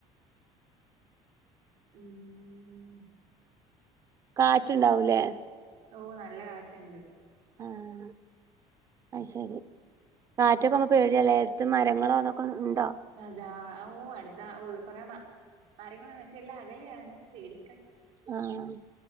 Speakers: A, on the right (about 90°); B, on the right (about 25°).
A: ഊമം
B: കാറ്റ് ഇണ്ടാവും ലെ
A: ഓഹ് നല്ല കാറ്റ് ഇണ്ട്
B: ആഹ് അഹ് ശരി
A: ഉം
B: കാറ്റൊക്കെ ആവുമ്പം പേടിയാ ലെ ത്ത് മരങ്ങളോ അതൊക്കെ ഇണ്ടോ?
A: അതാ ഓഹ് അട്ത്താ ഓഹ് കൊറെ മ മരങ്ങെൾ ഇണ്ട് പക്ഷേ എല്ലാം അകലെയാണ് പേടി
B: ആഹ്